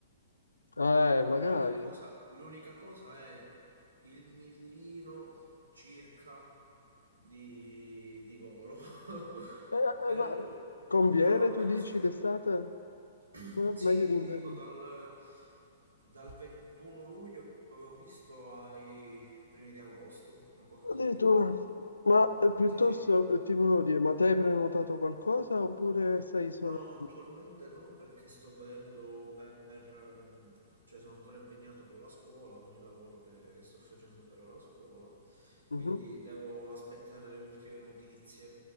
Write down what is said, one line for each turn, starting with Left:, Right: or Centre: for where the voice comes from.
Left: Eh, magari.
Right: L'unica cosa, l'unica cosa è il millino circa di, di volo, <laughs>
Left: Eh, eh,
Right: però,
Left: ma conviene,
Right: però a meno
Left: tu dici,
Right: si trova.
Left: d'estate?
Right: <clears throat>
Left: Eh,
Right: Sì,
Left: meglio d'inverno.
Right: ti dico, dal, dal 21 luglio avevo visto ai primi di agosto, una cosa
Left: Addirittura,
Right: simile.
Left: ma eh, piuttosto
Right: Sì, sì.
Left: eh, ti volevo dire, ma te hai prenotato qualcosa oppure sei solo...
Right: No, attualmente no perché sto vedendo per... ehm, cioè sono ancora impegnato con la scuola, con il lavoro che, che sto facendo per ora a scuola,
Left: Mhm,
Right: quindi devo aspettare le ultime notizie.